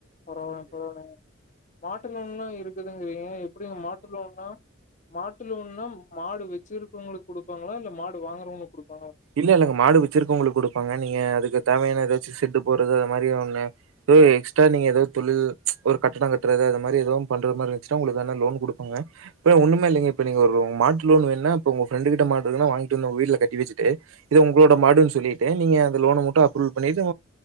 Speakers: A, on the left; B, on the right.
A: பரவாயில்லிங் பரவாயில்லிங் மாட்டு லோன்லா இருக்குதுங்கிறீங்க எப்டிங்க மாட்டு லோன்னா மாட்டு லோன்னா மாடு வெச்சிருப்பவங்களுக்கு குடுப்பாங்களா இல்ல மாடு வாங்கறவங்களுக்கு குடுப்பாங்களா
B: இல்ல இல்லங்க மாடு வெச்சிருக்கவங்களுக்கு குடுப்பாங்க நீங்க அதுக்கு தேவையான ஏதாச்சு செட்டு போட்து அது மாரி ஒண்ணு ஏதோ எஸ்ட்ரா நீங்க ஏதோ தொழில் ஒரு கட்டடோ கட்றது அது மாரி ஏதவு பண்ற மாரி இருந்துச்சுா உங்களுக்கு லோன் குடுப்பாங்க இப்ப ஒண்ணுமே இல்லங்க இப்ப நீங்க ஒரு மாட்டு லோன் வேணுன்னா இப்ப உங்க ஃபிரெண்டு கிட்ட மாடு இருங்குன்னா வாங்கிட்டு வந்து உங்க வீட்ல கட்டி வெச்சுட்டு இது உங்களோட மாடுன்னு சொல்லிட்டு நீங்க அந்த லோன மட்டு அப்ரூவல் பண்ணிட்டு